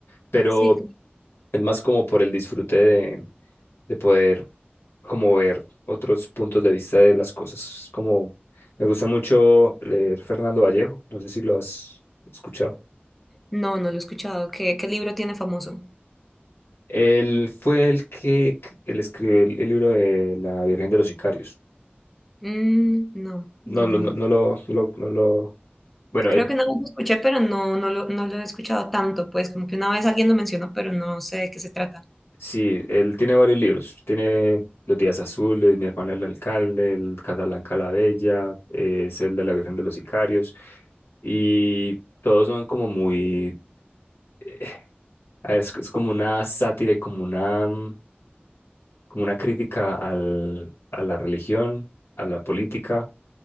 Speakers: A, on the left (about 80°); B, in the centre.
A: Pero
B: Sí, claro.
A: es más como por el disfrute de de poder como ver otros puntos de vista de las cosas. Como me gusta mucho leer Fernando Vallejo, no sé si lo has escuchado.
B: No, no lo he escuchado. ¿Qué, qué libro tiene famoso?
A: Él fue el que que- él escribió el, el libro de La Virgen de los Sicarios.
B: Mm, no,
A: No,
B: no,
A: lo-
B: no,
A: no,
B: no.
A: no lo, no lo, no lo- Bueno,
B: Creo
A: él
B: que no lo escuché, pero no, no lo, no lo he escuchado tanto, pues como que una vez alguien lo mencionó, pero no sé de qué se trata.
A: sí, él tiene varios libros. Tiene Los Días Azules, Mi hermana el alcalde, El Casablanca la Bella, eh, es el de la Virgen de los Sicarios. Y todos son como muy eh, a ver, es, es como una sátira y como una, mm, como una crítica al, a la religión, a la política